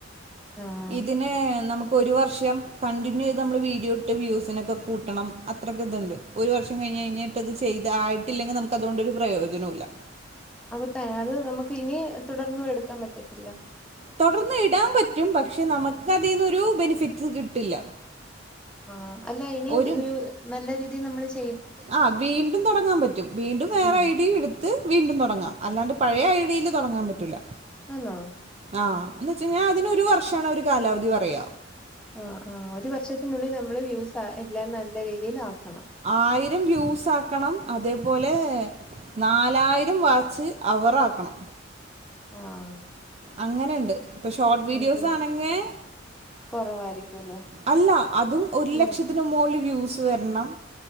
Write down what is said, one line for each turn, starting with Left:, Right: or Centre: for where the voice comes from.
Centre: ആഹ്
Right: ഇതിനെ നമുക്ക്- ഒരു വർഷം കണ്ടിന്യൂ ചെയ്ത് നമ്മൾ വീഡിയോ ഇട്ട് വ്യൂസിനൊക്കെ കൂട്ടണം അത്രൊക്കെ ഇതുണ്ട് ഒരു വർഷം കഴിഞ് കഴിഞ്ഞിട്ട് അത് ചെയ്തായിട്ടില്ലെങ്കിൽ നമുക്ക് അതുകൊണ്ടൊരു പ്രയോജനവും ഇല്ല
Centre: അപ്പൊ തെ <unintelligible> അത് നമുക്ക് ഇനി തുടർന്നും എടുക്കാൻ പറ്റത്തില്ല
Right: തൊടർന്ന് ഇടാൻ പറ്റും പക്ഷെ നമുക്ക് അതിന്നൊരു ബെനിഫിറ്റ് കിട്ടില്ല
Centre: ആ അല്ല ഇനി
Right: ഒരു
Centre: നല്ല രീതിയിൽ നമ്മള് ചെയ് -
Right: ആ വീണ്ടും തൊടങ്ങാൻ പറ്റും വീണ്ടും വേറെ
Centre: ഉം
Right: ഐഡിയും എടുത്ത്- ത്ത് വീണ്ടും തൊടങ്ങാം അല്ലാണ്ട് പഴയ ഐഡിയിൽ തൊടങ്ങാൻ പറ്റൂല്ല
Centre: ആന്നോ
Right: ആഹ് എന്ന് വെച്ച് കഴിഞ്ഞാൽ അതിനൊരു വർഷമാണ് അവര് കാലാവധി പറയ്ക
Centre: ആഹ് ആഹ് ഒരു വർഷത്തിനുള്ളിൽ നമ്മള് യ്യൂസ്‌ ആ എല്ലാം നല്ല രീതിയിൽ ആക്കണം
Right: ആയിരം വ്യൂസ്‌ ആക്കണം അതേപോലെ- നാലായിരം വാച്ച് അവർ ആക്കണം
Centre: ആഹ്
Right: അങ്ങനെ ഉണ്ട് ഇപ്പൊ ഷോർട്ട് വീഡിയോസ്
Centre: ഉം ഉം
Right: ആണെങ്കിൽ
Centre: കൊറവായിരിക്കുവല്ലോ
Right: അല്ല അതും ഒരു
Centre: ഉം
Right: ലക്ഷത്തി- ന് മോളിൽ വ്യൂസ് വരണം